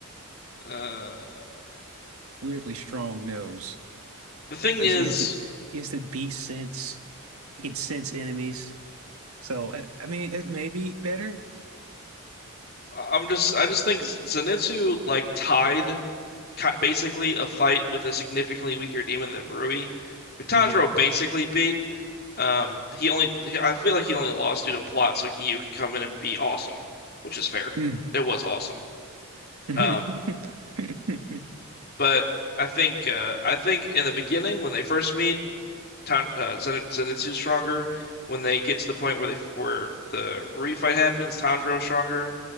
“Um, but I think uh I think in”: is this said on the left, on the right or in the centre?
Left